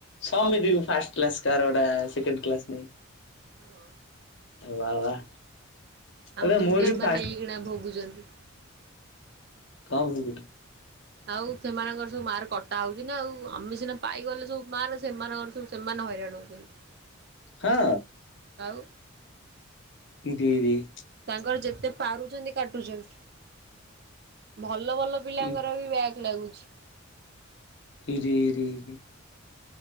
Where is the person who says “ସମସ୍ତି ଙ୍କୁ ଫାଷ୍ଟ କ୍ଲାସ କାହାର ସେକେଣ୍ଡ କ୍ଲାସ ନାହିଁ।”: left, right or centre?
Left